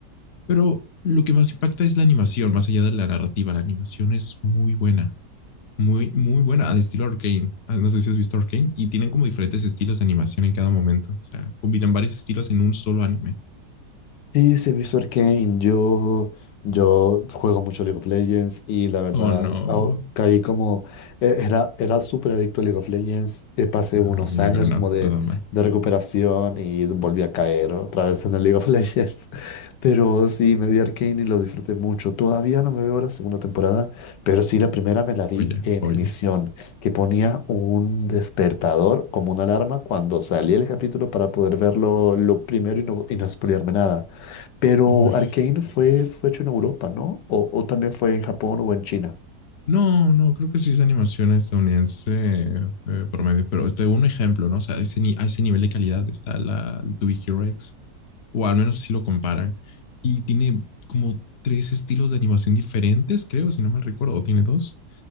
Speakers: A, on the left; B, on the left.
A: Pero lo que más impacta es la animación, más allá de la narrativa. La animación es muy buena, muy, muy buena, al estilo Arcane. Ah, No sé si has visto Arcane. Y tienen como diferentes estilos de animación en cada momento. O sea, combinan varios estilos en un solo anime.
B: Sí, se visto Arcane. Yo, yo juego mucho League of Legends y la verdad
A: Oh, no.
B: au- caí como. e- Era, era súper adicto a League of Legends. eh, Pasé
A: No,
B: unos
A: amigo,
B: años
A: no,
B: como de,
A: todo mal.
B: de recuperación y volví a caer otra vez en el League of Legends. <laughs> Pero sí, me vi Arcane y lo disfruté mucho. Todavía no me veo la segunda temporada, pero sí la primera me la vi
A: Oye,
B: en
A: oye.
B: emisión, que ponía un despertador como una alarma cuando salía el capítulo para poder verlo lo primero y no, y no spoilearme nada. Pero
A: Uy,
B: Arcane
A: fíjate.
B: fue, fue hecho en Europa, ¿no? O, o también fue en Japón o en China.
A: No, no, creo que sí es animación estadounidense eh, promedio, pero te doy un ejemplo, ¿no? O sea, ese ni- a ese nivel de calidad está la To Be Hero X. o al menos así lo comparan. Y tiene como tres estilos de animación diferentes, creo, si no mal recuerdo, tiene dos,